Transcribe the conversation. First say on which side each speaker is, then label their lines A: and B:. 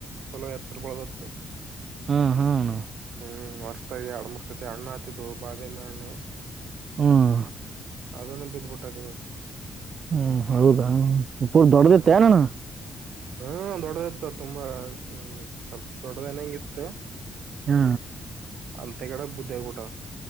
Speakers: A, on the right; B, on the right.
A: ಚಲೋ ಎತ್ರ ಪ್ರದತ್ತು
B: ಹಾ ಹ್ಮ
A: ಹ್ಮ್ ವರ್ಷದಾಗಿ ಎರಡು ಮುರ್ಸಐತಿ ಅಣ್ಣ ಆತಿದ್ದು ಬಾದ ಮ ಅಣ್ಣ
B: ಹ್ಮ್
A: ಅದನ್ನು ಬಿ ಟವ
B: ಹ್ಮ್ ಹೌದಾು ದೊಡ್ಡದತ್ತನಣ್ಣ
A: ಹ್ಮ್ ಹ್ಮ್ ದೊಡ್ಡದಿತ್ತ ತುಂಬಾ ಹ್ಮ ಸ್ವಲ್ಪ ದೊಡ್ಡದನ ಹೆಂಗ ಇತ್ತು
B: ಹಾ
A: ಅಂತೇ ಕಡೆ ಬುದ್ಧಾಯ ಪೂಟ